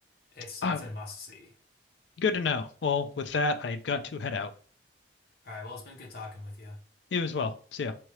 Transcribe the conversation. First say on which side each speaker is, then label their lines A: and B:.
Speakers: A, on the left (about 55°); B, on the left (about 70°).
A: It's
B: Um,
A: it's a must see.
B: good to know. Well, with that, I've got to head out.
A: All right, well, it's been good talking with you.
B: You as well. See ya.